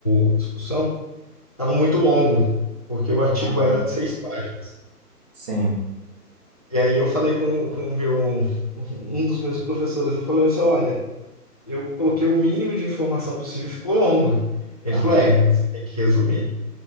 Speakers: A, on the left; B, on the right.
A: ou discussão, estava muito longo, porque o artigo
B: aham,
A: era de seis páginas.
B: sim,
A: E aí eu falei com, com o meu um dos meus professores, eu falei assim, olha, eu coloquei o mínimo de informação possível e ficou longo. Ele
B: aham,
A: falou, é, você tem que resumir.